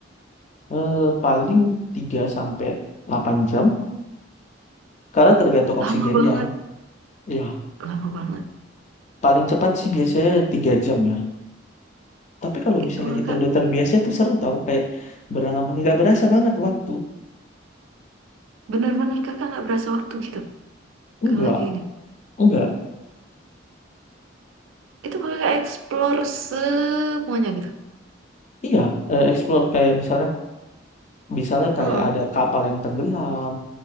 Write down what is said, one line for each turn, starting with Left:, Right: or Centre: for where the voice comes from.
Left: Eh, paling tiga sampai delapan jam karena tergantung
Right: Lama
Left: oksigennya.
Right: banget,
Left: Ya,
Right: lama banget.
Left: paling cepat sih biasanya 3 jam ya. Tapi kalau
Right: Itu
Left: misalnya kita
Right: kakak
Left: udah terbiasa itu seru tau kayak beranggapan nggak berasa banget waktu.
Right: benar-benar kakak nggak berasa waktu gitu.
Left: Enggak,
Right: Kalau lagi ini,
Left: enggak.
Right: itu kakak explore semuanya gitu.
Left: Iya, eh, explore kayak misalnya misalnya kayak
Right: Heeh.
Left: ada kapal yang tenggelam,